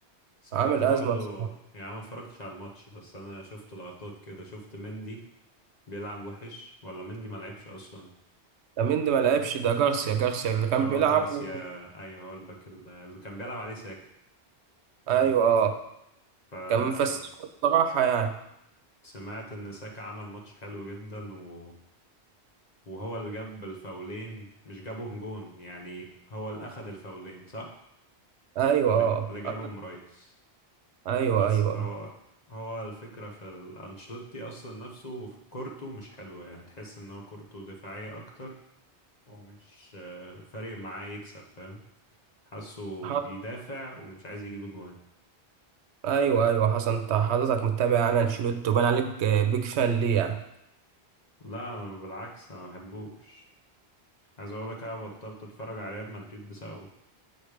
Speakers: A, on the left; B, on the right.
A: سمعت
B: عامل
A: برضو
B: أزمة بصراحة
A: يعني ما اتفرجتش على الماتش بس انا شفت لقطات كده شفت مندي بيلعب وحش ولا مندي ما لعبش اصلا
B: لامين دي ما لعبش ده جارسيا جارسيا اللي كان
A: اه
B: بيلعب
A: جارسيا
B: و...
A: ايوه هو الباك ال- اللي كان بيلعب عليه ساكا
B: أيوه أه
A: ف
B: كان مفسح بصراحة
A: س-
B: يعني
A: سمعت ان ساكا عمل ماتش حلو جدا و... وهو اللي جاب الفاولين مش جابهم جون يعني هو اللي اخد الفاولين صح
B: أيوه
A: اللي اللي جابهم
B: أه
A: رايس
B: أيوه
A: بس
B: أيوه
A: فهو هو الفكرة في ال- أنشيلوتي أصلا نفسه كورته مش حلوة يعني تحس إن هو كورته دفاعية أكتر ومش آه، فارق معاه يكسب فاهم حاسه
B: حص...
A: بيدافع ومش عايز يجيب أجوان
B: أيوه أيوه حسن أنت حضرتك متابع يعني أنشيلوتي وبان عليك بيج فان ليه يعني
A: لا أنا بالعكس أنا ما بحبوش عايز أقولك أنا بطلت أتفرج على ريال مدريد بسببه